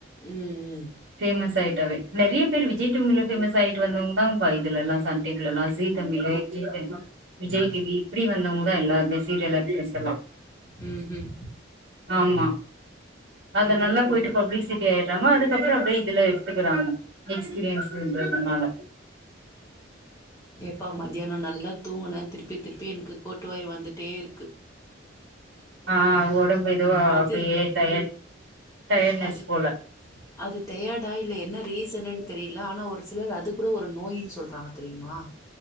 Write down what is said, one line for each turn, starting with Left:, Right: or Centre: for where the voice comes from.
Left: ம் ம்
Right: பேஃமஸ் ஆயிட்டாவே நெறைய பேரு விஜய் டீவில பேமஸ் ஆயிட்டு வந்தவங்க தான்ங்கப்பா இதுல எல்லா சன் டிவி எல்லா ஜி தமிழு ஜீ தமிழ் விஜய் டிவி இப்டி வந்தவங்க தா எல்லாருமே சீரியல் ஆக்ட்ரஸ் எல்லா
Left: ம்ஹும்
Right: ஆமா அதுல நல்லா போயிட்டு பப்ளிசிட்டி ஆயிறாங்க அதுக்கப்புறோ அப்டியே இதுல எடுத்துக்கிறாங்க எக்ஸ்பீரியன்ஸ்ன்றதுனால
Left: எப்பா மதியியானோ நல்லா தூங்குனேன் திருப்பி திருப்பி எனக்கு கோட்டுவாய் வந்துட்டே இருக்கு
Right: ஆ ஒடம்பு இதுவ
Left: அது
Right: அப்டியே டயடு டயர்னஸ்
Left: அது
Right: போல
Left: அது டயர்டா இல்ல என்ன ரீசனுன்னு தெரியல ஆனா ஒரு சிலர் அது கூட ஒரு நோயின்னு சொல்றாங்க தெரியுமா